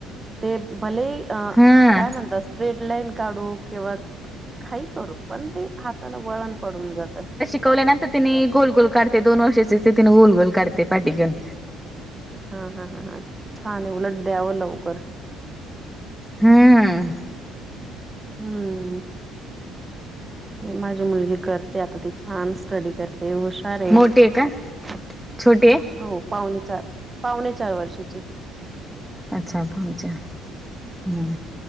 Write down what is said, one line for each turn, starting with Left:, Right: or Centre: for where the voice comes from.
Right: ते भले अ
Centre: हा
Right: काय म्हणतात स्ट्रेट लाईन काढू किंवा काही करू पण ते हाताला वळण पडून जातं
Centre: शिकवल्यानंतर तिने गोल गोल करते दोन वर्षाचे तिने गोल गोल करते पाठी घेऊन
Right: हा हा हा हा छान आहे उलट द्यावं लवकर
Centre: हम्म
Right: हम्म माझी मुलगी करते आता त छान स्टडी करते हुशार आहे
Centre: मोठी का छोटी आहे
Right: हो पावणे चार पावणे चार वर्षाची
Centre: अच्छा पहच ह